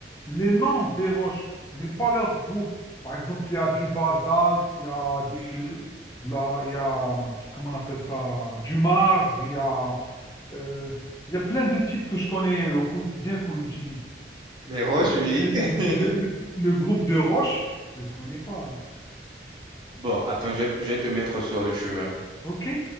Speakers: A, on the left (about 20°); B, on the right (about 25°).
A: les noms des roches, mais pas leur groupe. Par exemple, il y a du basalte, il y a
B: Mhm.
A: du, de la- il y a, hum, comment on appelle ça, du marbre, il y a, euh, il y a plein de types que je connais au quotidien qu'on utilise.
B: Les roches, oui.
A: Mais
B: <laughs>
A: le, le- le groupe de roches, je ne connais pas.
B: Bon, attends, je vais, je vais te mettre sur le chemin.
A: OK?